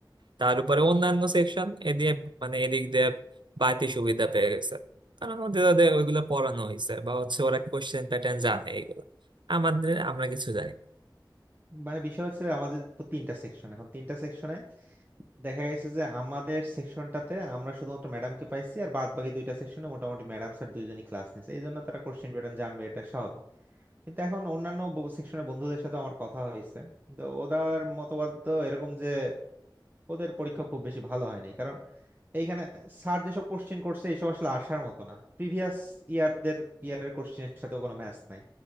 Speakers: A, on the right (about 70°); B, on the right (about 25°).
A: তার উপরে অন্যান্য সেকশন এদিকে মানে এদিক দিয়ে বাড়তি সুবিধা পেয়ে গেছে কারণ ওদের ওদের ওইগুলো পড়ানো হয়েছে বা হচ্ছে ওরা কোশ্চেন প্যাটার্ন জানে এইগুলো আমাদের আমরা কিছু
B: উম,
A: জানি না।
B: মানে বিষয় হচ্ছে আমাদের তো তিনটা সেকশন এখন তিনটা সেকশনে দেখা গেছে যে আমাদের সেকশনটাতে আমরা শুধুমাত্র ম্যাডামকে পাইছি আর বাদ বাকি দুইটা সেকশনে মোটামুটি ম্যাডাম স্যার দুইজনই ক্লাস নিয়েছে এই জন্য তারা কোশ্চিন প্যাটার্ন জানবে এটা স্বাভাবিক কিন্তু এখন অন্যান্য সেকশনের বন্ধুদের সাথে আমার কথা হয়েছে তো ওদের মতবাদ তো এরকম যে ওদের পরীক্ষা খুব বেশি ভালো হয় নাই কারণ এইখানে স্যার যেসব কোশ্চেন করছে এসব আসলে আসার মতো না প্রিভিয়াস ইয়ারদের ইয়ারের কোশ্চেনের সাথে কোনো ম্যাচ নাই